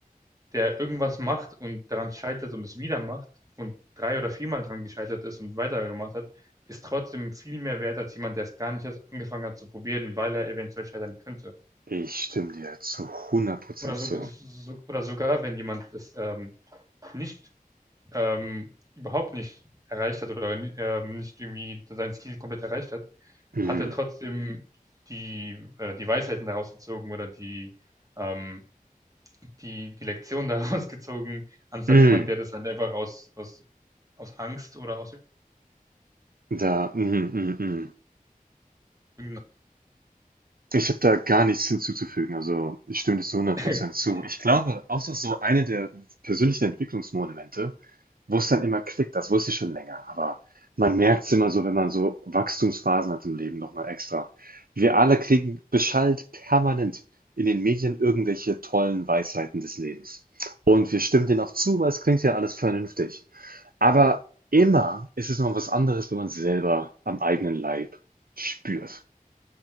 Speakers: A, on the right (about 25°); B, on the right (about 80°).
A: der irgendwas macht und daran scheitert und es wieder macht und drei oder viermal dran gescheitert ist und weitergemacht hat, ist trotzdem viel mehr wert als jemand, der es gar nicht erst angefangen hat zu probieren, weil er eventuell scheitern könnte.
B: Ich stimme dir zu hundert Prozent
A: Oder, so,
B: zu.
A: so, oder sogar, wenn jemand es ähm, nicht, ähm, überhaupt nicht erreicht hat oder ähm, nicht irgendwie sein Ziel komplett erreicht hat,
B: Mhm.
A: hat er trotzdem die, äh, die Weisheiten daraus gezogen oder die, ähm, die, die Lektion <laughs> daraus gezogen, anstatt
B: Mhm.
A: jemand, der das dann einfach aus, aus, aus Angst oder aus
B: Da, mhm, mhm, mhm.
A: irgendeiner.
B: Ich habe da gar nichts hinzuzufügen. Also, ich stimme dir zu hundert
A: <laughs>
B: Prozent zu. Ich glaube, auch das ist so eine der persönlichen Entwicklungsmomente, wo es dann immer klickt. Das wusste ich schon länger, aber man merkt es immer so, wenn man so Wachstumsphasen hat im Leben noch mal extra. Wir alle kriegen beschallt permanent in den Medien irgendwelche tollen Weisheiten des Lebens. Und wir stimmen denen auch zu, weil es klingt ja alles vernünftig. Aber immer ist es noch was anderes, wenn man es selber am eigenen Leib spürt.